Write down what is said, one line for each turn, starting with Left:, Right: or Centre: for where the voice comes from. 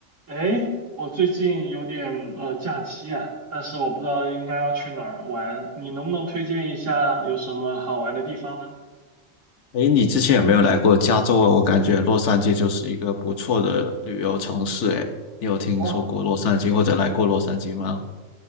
Right: 哎，我最近有点呃假期啊，但是我不知道应该要去哪儿玩，你能不能推荐一下有什么好玩的地方呢？
Left: 诶，你之前有没有来过加州啊？我感觉洛杉矶就是一个不错的旅游城市。诶，你有听说过洛杉矶或者来过洛杉矶吗？
Right: 哦，